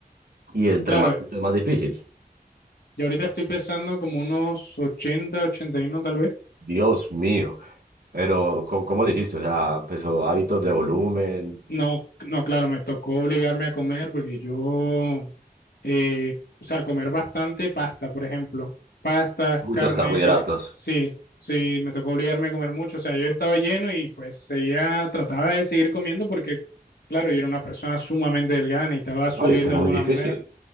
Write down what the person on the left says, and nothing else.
Claro,
y ahorita estoy pesando como unos ochenta, ochenta y uno tal vez.
No, no, claro, me tocó obligarme a comer porque yo, eh, o sea, comer bastante pasta, por ejemplo. Pastas,
carne,
que sí, sí, me tocó obligarme a comer mucho. O sea, yo estaba lleno y pues seguía, trataba de seguir comiendo porque, claro, yo era una persona sumamente delgada, necesitaba subir
de
alguna
manera.